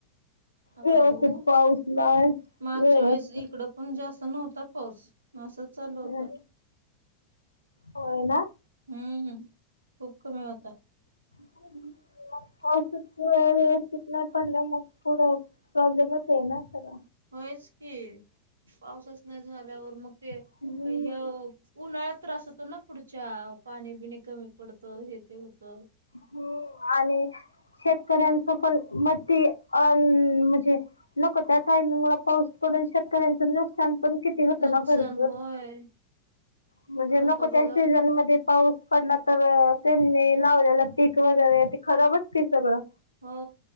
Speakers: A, on the right; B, on the left.
A: आता
B: व्यवस्थित
A: बघू
B: पाऊसलाय
A: मागच्या
B: व्यवस्थित
A: वेळेस इकड पण जास्त नव्हता पाऊस असं चालू
B: ह
A: होत.
B: होय ना
A: हम्म हम् खूप कमी होता.
B: रिकामा ऑडिओ पाऊसच व्यवस्थित नाही पडलं मग पुढं प्रॉब्लेमच आहे ना. सगळा
A: होयच की पावसच नाही झाल्यावर मग ते..
B: हम्म
A: ह उन्हाळ्यात त्रास होतो ना पुढच्या.. पाणी बिनी कमी पडतं हे ते होत.
B: हो आले. शेतकऱ्यांच पण म अ म्हणजे नको त्या टाइमला पाऊस प शेतकऱ्यांच नुकसान पण किती होतं
A: नुकसान
B: ना भरपूर.
A: होय
B: म्हणजे
A: आता
B: नको
A: बघा
B: त्या सीझन मध्ये पाऊस पडला तर... त्यांनी लावलेला पीक वगैरे ते खराबचते सगळं.
A: हो.